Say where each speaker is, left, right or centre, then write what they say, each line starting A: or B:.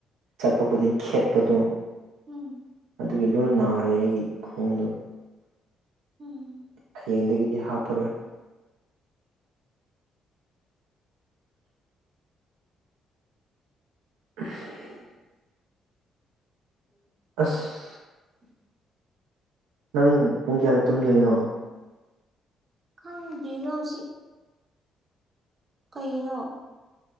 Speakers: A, on the right; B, on the right.
A: ꯆꯠꯄ ꯈꯨꯗꯤꯡ ꯈꯦꯠꯄꯗꯣ
B: ꯎꯝ
A: ꯑꯗꯨꯒꯤ ꯂꯣꯏ ꯅꯥꯔꯦ ꯑꯩꯒꯤ ꯈꯣꯡꯗꯣ
B: ꯎꯝ
A: ꯍꯌꯦꯡꯗꯒꯤꯗꯤ ꯍꯥꯞꯄꯔꯣꯏ <unintelligible>
B: ꯎꯝꯝ
A: ꯑꯁ
B: <unintelligible>
A: ꯅꯪ ꯄꯨꯡ ꯀꯌꯥꯗ ꯇꯨꯝꯗꯣꯏꯅꯣ
B: ꯈꯪꯗꯦꯗ ꯍꯧꯖꯤꯛ ꯀꯩꯅꯣ